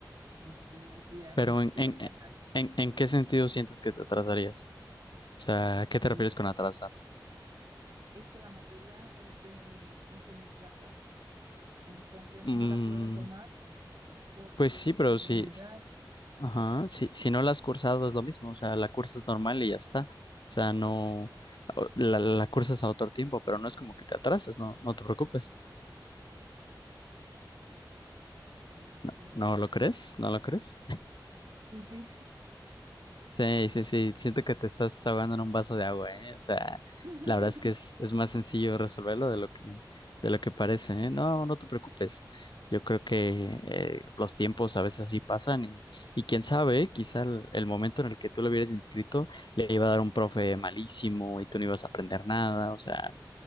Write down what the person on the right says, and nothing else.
este, estudiar
en lo que
estoy
allá
y...
es que la materia es de un semestre atrás, entonces
no la puedo tomar porque
en
mi unidad,
ok,
ok,
sí, sí.
<laughs>